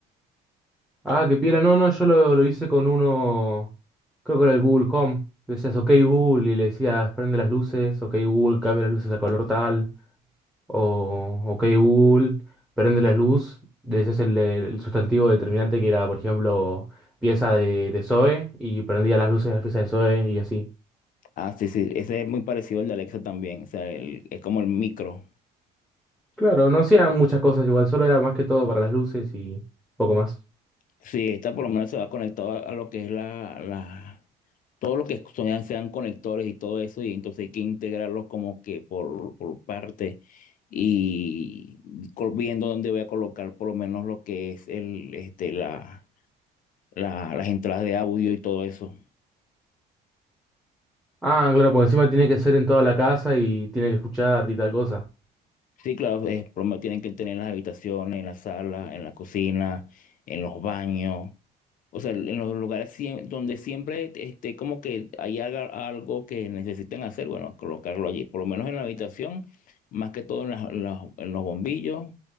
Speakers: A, in the centre; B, on the left.
A: Ah, qué piola. No, no, yo lo, lo hice con uno, creo que era el Google Home. Decías, ok Google, y le decías, prende las luces, ok Google, cambia las luces a color tal, o ok Google, prende la luz. Le decías el, el sustantivo determinante que era, por ejemplo, pieza de, de Zoe, y prendía las luces de la pieza de Zoe, y así.
B: Ah, sí, sí, ese es muy parecido al de Alexa también, o sea, el- es como el micro.
A: Claro, no hacían muchas cosas igual, solo era más que todo para las luces y poco más.
B: Sí, esta por lo menos se va conectado a, a lo que es la, la, todo lo que son- sean conectores y todo eso, y entonces hay que integrarlos como que por, por parte y col- viendo dónde voy a colocar por lo menos lo que es el, este, la, la- las entradas de audio y todo eso.
A: Ah, claro, por encima tiene que ser en toda la casa y tiene que escuchar y tal cosa.
B: Sí, claro, es, por lo menos tienen que tener las habitaciones, en la sala, en la cocina, en los baños. O sea, en los lugares siem- donde siempre esté como que hay haga- algo que necesiten hacer, bueno, colocarlo allí. Por lo menos en la habitación, más que todo en, las- las- en los bombillos,